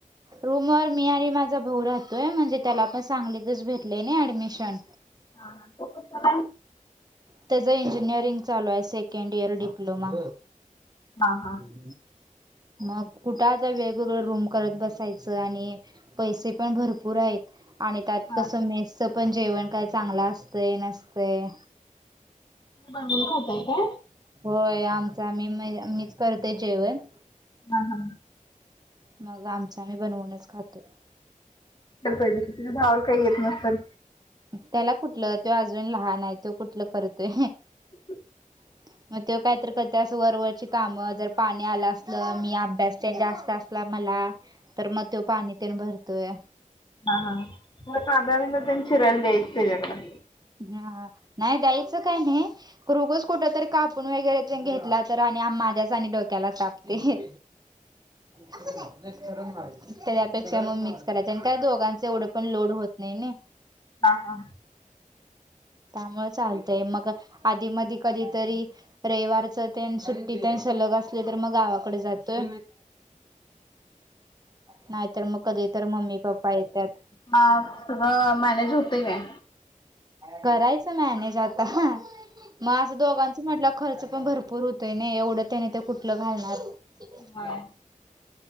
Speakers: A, on the right (about 30°); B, on the left (about 35°).
A: रूम वर मी आणि माझा भाऊ राहतोय म्हणजे त्याला पण सांगलीतच भेटले नाही ऍडमिशन.
B: हा हा तो कशाला हाय?
A: त्याचं इंजिनिअरिंग चालू आहे सेकंड इयर डिप्लोमा.
B: हा हा.
A: <inaudible> मग कुठं आता वेगवेगळ रूम करत बसायच आणि पैसे पण भरपूर आहेत. आणि त्यात
B: हा
A: कसं
B: तुम्ही
A: मेसच पण जेवण काय चांगलं असतंय नसतय.
B: बनवून खातय का?
A: होय आमच आमी मीच करते जेवण.
B: हा हा.
A: मग आमच आम्ही बनवूनच खातोय.
B: <unintelligible> तूच्या भावाला काही येत नसल.
A: त्याला कुठलं तो अजून लहान आहे तो कुठलं करतोय.
B: <inaudible>
A: <inaudible> मग तेव काहीतरी करते असं वरवरवरची कामं जर पाणी आलं असल मी अभ्यास त्यां जास्त असला मला तर मग त्यों पाणी तेन भरतोय.
B: हा हा म कांदा बिंदा तेन चिरायला द्यायचं तेजाकड.
A: हा नाही द्यायचं काय नाही. खरं उगाच कुठ तर कापून वगैरे घेतला तर आणि माझ्याच आणि डोक्याला ताप ते. <inaudible> त्या त्यापेक्षा मग मिच करायच् आणि काय दोघांच एवढं पण लोड होत नाही नई.
B: हा हा.
A: त्यामुळे चालतय मग आधी मधी कधीतरी रविवारच ते सुट्टीत सलग असली तर मग गावाकडे जातोय. नाहीतर मग कधी तर मम्मी पप्पा येत्यात.
B: हा सगळ मॅनेज होते काय?
A: करायचं मॅनेज आता मग असं दोघांच म्हटलं खर्च पण भरपूर होतोय ना एवढं त्याने ते कुठलं घालणार
B: होय